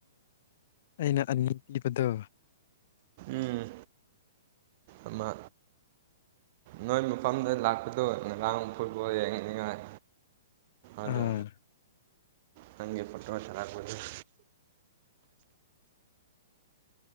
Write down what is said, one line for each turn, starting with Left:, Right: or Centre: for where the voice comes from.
Left: ꯑꯩꯅ ꯑꯅꯤ ꯄꯤꯕꯗꯣ
Right: ꯎꯝ ꯑꯃ ꯅꯣꯏ ꯃꯐꯝꯗ ꯂꯥꯛꯄꯗꯣ ꯉꯔꯥꯡ ꯐꯨꯠꯕꯣꯜ ꯌꯦꯡꯅꯤꯉꯥꯏ ꯑꯗ
Left: ꯑꯥ
Right: ꯅꯪꯦ ꯐꯇ꯭ꯔꯣ ꯆꯂ ꯑꯣꯏꯣꯏꯅ